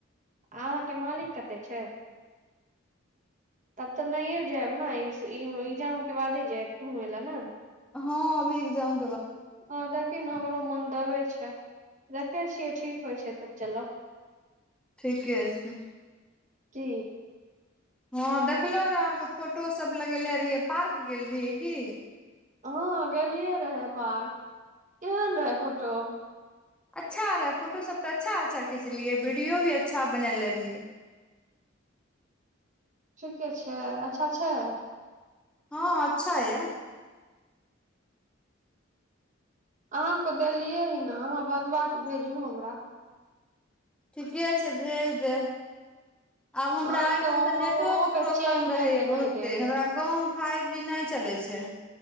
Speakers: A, on the right; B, in the centre.
A: अहाँके मालिक कत छै तब तऽ नहिये जायब ने एगजाम के बादे जायत घुमय लए ने
B: हँ अभी एकग्जाम
A: आ देखहि ने हमरो मन दबै छै देखै छियै ठीक होइ छै तब चलब
B: ठीके छै
A: जी
B: हँ देखलहु रहय अहाँ के फोटोसभ लगेेलने रहियै पार्क गेल रय की
A: हँ गेलियै रहे पार्क केहन रहै फोटो
B: अच्छा रहे फोटो सब तऽ अच्छा अच्छा खिचलियै वीडियो भी अच्छा बनले रहिय <inaudible>
A: ठीके छै अच्छा छै
B: हँ अच्छा या
A: अहाँकेँ देलियै ह ने अहाँ बनबा कऽ भेजू हमरा
B: ठीके छै भेज देब आब हमरा
A: अहाँके
B: एहिठाम
A: अहाँ
B: तऽ नेतोक
A: ओहो पे
B: प्रॉब्लम
A: चेन ले
B: रहैएा
A: के नहि
B: बहुते
A: देब
B: हमरा गामव फाइव जी नहि चलै छै